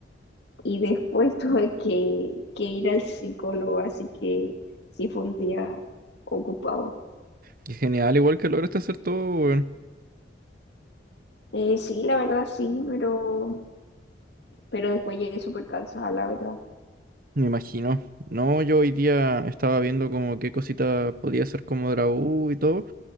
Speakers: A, on the left (about 65°); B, on the right (about 50°).
A: y después <laughs> tuve que, que ir al psicólogo, así que sí fue un día ocupado.
B: Qué genial, igual que lograste hacer todo, weón.
A: Eh, sí, la verdad sí, pero, pero después llegué súper cansada, la verdad.
B: Me imagino. No, yo hoy día estaba viendo como qué cosita podía hacer como de la U y todo.